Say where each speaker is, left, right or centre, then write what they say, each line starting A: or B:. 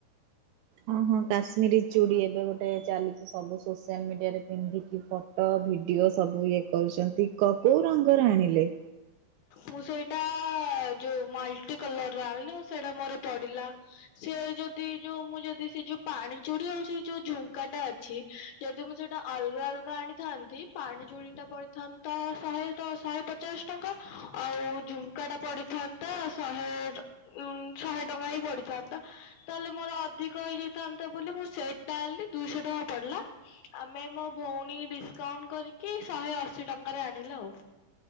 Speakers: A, on the right; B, on the left.
A: ହଁ ହଁ କାଶ୍ମୀରୀ ଚୁଡ଼ି ଏବେ ଗୋଟେ ଚାଲିଛି, ସବୁ ସୋସିଆଲ ମିଡ଼ିଆରେ ପିନ୍ଧିକି ଫଟୋ, ଭିଡ଼ିଓ ସବୁ ଇଏ କରୁଛନ୍ତି। କ କୋଉ ରଙ୍ଗର ଆଣିଲେ?
B: ମୁଁ ସେଇଟା ଯୋଉ ମଲ୍ଟି କଲର ର ଆଣିଲି। ଆଉ ସେଇଟା ମୋର ପଡିଲା ସେ ଯଦି ଯୋଉ ମୁଁ ଯଦି ସେ ଯୋଉ ପାଣି ଚୁଡି ଆଉ ସେ ଯୋଉ ଝୁମ୍କାଟା ଅ ଛି। ଯଦି ମୁଁ ସେଟା ଅଲଗା ଅଲଗା ଆଣିଥାନ୍ତି ପାଣି ଚୁଡିଟା ପଡିଥା ତ ଶହେ ତ ଶହେ ପଚାଶ ଟଙ୍କା। ଆଉ ଝୁମ୍ କା ଟା ପଡିଥାନ୍ତା ଶହେ ଉଁ ଶହେ ଟଙ୍କା ହିଁ ପଡିଥାନ୍ତା। ତାହେଲେ ମୋର ଅଧିକ ହେଇ ଯାଇଥାନ୍ତା ବୋଲି, ମୁଁ ସେଟ୍ ଟା ଆଣିଲି ଦୁଇଶହ ଟଙ୍କା ପଡିଲା। ଆମେ ମୋ ଭଉଣୀ ଡିସକାଉଣ୍ଟ କରିକି ଶହେ ଅଶୀ ଟଙ୍କାରେ ଆଣିଲେ ଆଉ।